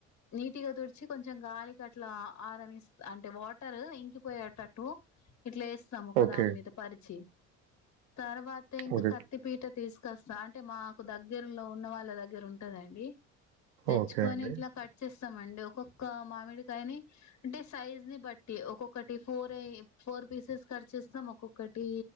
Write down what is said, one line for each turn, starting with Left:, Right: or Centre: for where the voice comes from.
Left: నీట్గా తుడిచి కొంచెం గాలిక అట్లా ఆరనిస్ అంటే వాటర్ ఇంకి పోయేటట్లు ఇట్లా ఏస్తాము ఒక
Right: ఓకే.
Left: దాని మీద పరిచి తర్వాత ఇంకా
Right: ఓకే.
Left: కత్తిపీట తీసుకొస్తా అంటే మాకు దగ్గరలో ఉన్న వా లా దగ్గర ఉంటదండి తెచ్చుకొని
Right: ఓకే అండి.
Left: ఇట్లా కట్ చేస్తామండి ఒక్కొక్క మామిడికాయని అంటే సైజ్ ని బట్టి ఒక్కొక్క టిఫ. ఫోర్ ఫోర్ పీసెస్ కట్ చేస్తాం ఒక్కొక్కటి